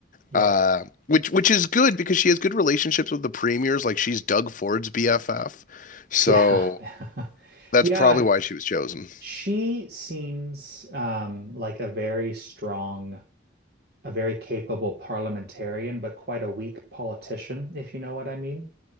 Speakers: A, on the right; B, on the left.
A: yeah,
B: Uh which which is good because she has good relationships with the premiers, like she's Doug Ford's BFF. So
A: yeah, <laughs>
B: that's
A: yeah.
B: probably why she was chosen.
A: She seems um, like a very strong a very capable parliamentarian, but quite a weak politician, if you know what I mean.